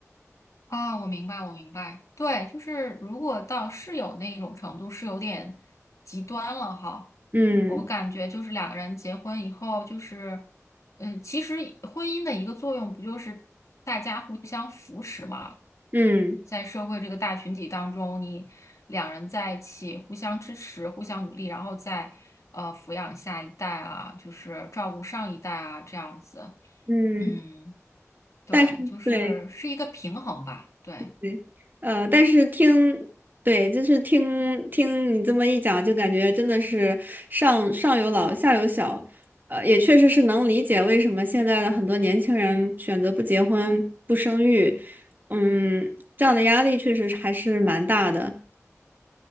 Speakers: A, on the left; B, on the right.
A: 啊，我明白，我明白。对，就是如果到室友那种程度，是有点极端了哈。
B: 嗯
A: 我感觉就是两个人结婚以后，就是，呃，其实婚姻的一个作用不就是大家互相扶持嘛？
B: 嗯
A: 在社会这个大群体当中，你两人在一起互相支持、互相努力，然后再呃抚养下一代啊，就是照顾上一代啊，这样子。
B: 嗯，
A: 嗯，对，
B: 但是对
A: 就是是一个平衡吧，对。
B: 对，呃，但是听，对，就是听听你这么一讲，就感觉真的是上上有老下有小，呃，也确实是能理解为什么现在的很多年轻人选择不结婚不生育，嗯，这样的压力确实还是蛮大的。